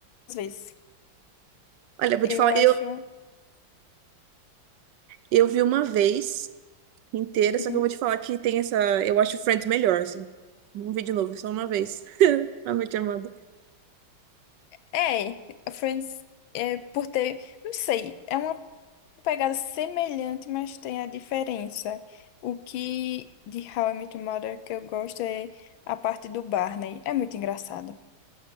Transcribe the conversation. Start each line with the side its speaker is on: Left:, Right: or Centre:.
Left: vezes.
Right: Olha, eu vou
Left: Eu
Right: te falar,
Left: acho.
Right: eu,
Left: a-
Right: eu vi uma vez inteira, só
Left: Uhum.
Right: que eu vou te falar que tem essa... Eu acho Friends melhor, assim. Não vi de novo, é só uma vez. <laughs> How I Met Your Mother.
Left: É, Friends é por ter, não sei, é uma pegada semelhante, mas tem a diferença. O que de How I Met Your Mother que eu gosto é a parte do Barney. É muito engraçado.